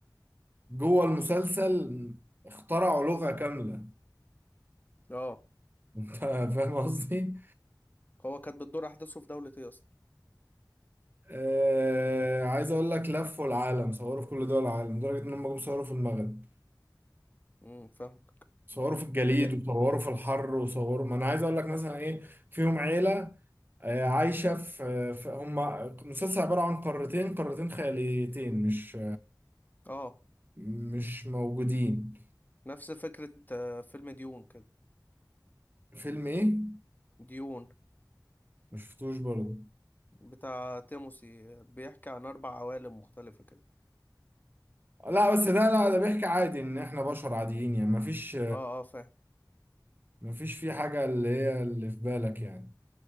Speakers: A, on the right; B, on the left.
A: جوه المسلسل اخترعوا لغة كاملة <laughs>
B: اه
A: انت فاهم قصدي
B: هو كانت بتدور احداثه في دولة ايه اصلا
A: آه عايز اقول لك لفوا العالم صوروا في كل دول العالم لدرجة ان هم جم صوروا في المغرب
B: امم فاهمك
A: صوروا في الجليد
B: يا-
A: وصوروا في الحر وصوروا ما انا عايز اقول لك مثلا ايه فيهم عيلة آه، عايشة في في- هم مسلسل عبارة عن قارتين قارتين خياليتين مش
B: اه
A: مش موجودين
B: نفس فكرة آه، فيلم ديون كده
A: فيلم ايه
B: ديون
A: مشفتوش برضه
B: بتاع تيموسي بيحكي عن اربع عوالم مختلفة كده
A: لا بس ده لا ده بيحكي عادي ان احنا بشر عاديين يعني مفيش
B: اه اه فاهم
A: مفيش فيه حاجة اللي هي اللي في بالك يعني